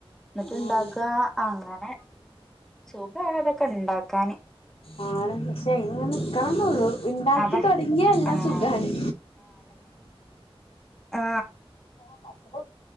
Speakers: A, in the centre; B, on the left.
A: എന്നിട്ട്ണ്ടാക്കാ
B: ആഹ് ഉം
A: അങ്ങനെ സുഗണ് അതൊക്കെ ഉണ്ടാക്കാാന്.
B: ആൾ, പക്ഷേ അയിനങ്ങനെ നിക്കണംന്നേ ഉള്ളു. ഉണ്ടാക്കി
A: അതെ
B: തുടങ്ങിയ എല്ലാ
A: ആഹ്
B: സുഖമാണ്..
A: ആ.
B: ആ <inaudible> <unintelligible> മാത്ര പോ